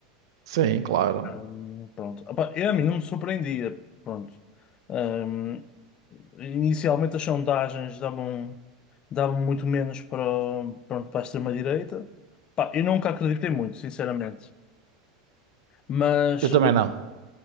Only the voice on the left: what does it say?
Hum, pronto. Opa, eu, a mim não me surpreendia. Pronto. Hum, inicialmente as sondagens davam, davam muito menos para, o- pronto, para a extrema-direita. Pá, eu nunca acreditei muito, sinceramente. Mas,